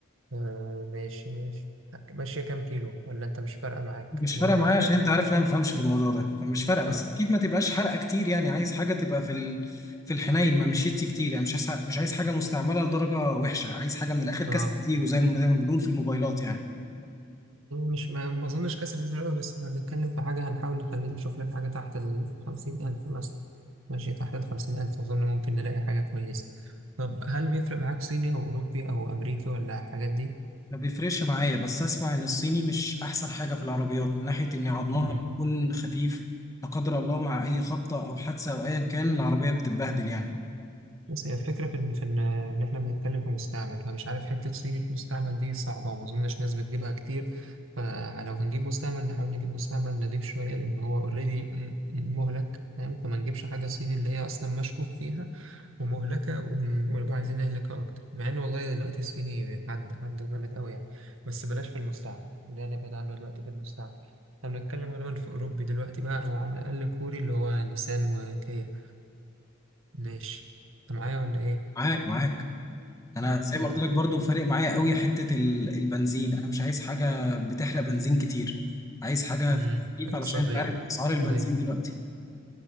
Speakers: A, on the right; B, on the left.
A: آه ماشي ماشي ماشية كام كيلو ولا أنت مش فارقة معاك
B: مش
A: المهم
B: فارقه معايا
A: أداء
B: عشان انت عارف ان انا ما بفهمش في الموضوع ده فمش فارقه بس
A: آه.
B: اكيد ما تبقاش حرقه كتير يعني عايز حاجه تبقى في ال... في الحنين ما مشيتش كتير يعني مش عايز مش عايز حاجه مستعمله لدرجه وحشه عايز حاجه من الاخر كاست
A: اه
B: زيرو زي ما زي ما بنقول في الموبايلات يعني
A: مش ما ما اظنش كسر الزر أوي، بس احنا بنتكلم في حاجه هنحاول نخليه نشوف لك حاجه تحت ال 50000 مثلا ماشي تحت ال 50000 اظن ممكن نلاقي حاجه كويسه طب هل بيفرق معاك صيني او اوروبي او امريكي ولا الحاجات دي
B: ما بيفرقش معايا بس اسمع ان الصيني مش احسن حاجه في العربيات من ناحيه ان عظمها
A: مم.
B: بيكون خفيف لا قدر الله مع اي خبطه او حادثه او ايا كان العربيه بتتبهدل يعني
A: بس هي الفكره في ان في ان إن احنا بنتكلم في مستعمل فمش عارف حته صيني في مستعمل دي صعبه وما اظنش ناس بتجيبها كتير فلو هنجيب مستعمل نحاول نجيب مستعمل نضيف شويه لان هو اوريدي مهلك فاهم فما نجيبش حاجه صيني اللي هي اصلا مشكوك فيها ومهلكة ون- ونبقى عايزين نهلكها أكتر مع إن والله دلوقتي الصيني عدى عدى جامد أوي يعني بس بلاش في المستعمل ده نبعد عنه دلوقتي في المستعمل احنا بنتكلم غالبا في أوروبي دلوقتي بقى أو على الأقل كوري اللي هو نيسان وكيا ماشي أنت معايا ولا إيه؟
B: معاك معاك انا
A: طب
B: زي
A: حلو
B: ما قلت لك برضو فارق معايا قوي حته ال- البنزين انا مش عايز حاجه بتحرق بنزين كتير عايز حاجه
A: مم.
B: في الخفيف
A: اقتصادية
B: علشان انت عارف اسعار
A: اقتصادية
B: البنزين دلوقتي